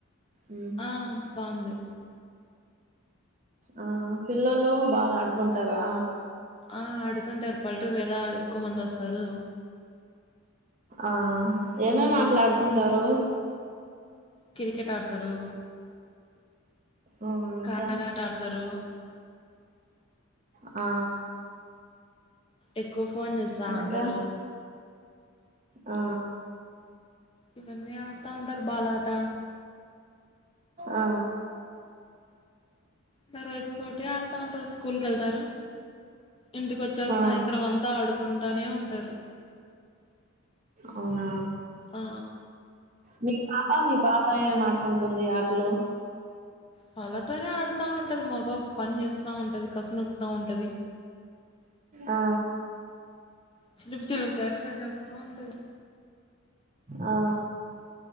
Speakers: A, on the right (about 35°); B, on the left (about 25°).
A: ఉమ్
B: ఆ బావుంది
A: ఆ పిల్లలు బాగా ఆడుకుంటారా
B: ఆ అడుకుంటారు పల్టూరు గదా ఎక్కువ మంది వస్తారు
A: ఆ ఏమేమాట్లాడుకుంటారు
B: మంచి క్రికెట్ ఆడతారు
A: ఆ ఇంకా
B: కారాట ఆడతారు
A: ఆ
B: ఎక్కు ఫోన్ జూస్తా
A: ఇంకా
B: ఉంటారు
A: ఆ
B: ఇవన్నీ ఆడతా ఉంటారు బాల ఆట
A: ఆ
B: మ రోజుకోటి ఆడుతా ఉంటారు స్కూల్ క వెళ్తారు ఇంటికి వచ్చారు
A: ఆ
B: సాయంత్రం అంతా ఆడుకుంటే టానే ఉంటారు
A: అవునా
B: ఆ
A: మీ పాపా మీ పాపా పయన ఆడుకుంటుంది. ఆటలో
B: వాళ్లతోనే ఆడుతాఉంటది మా బాబు పని జేస్ వస్తా ఉంటది కసునుత్తా ఉంటది
A: ఆ
B: చిలుపు చిలుపు చేష్టలు జేస్తా ఉంటది.
A: ఆ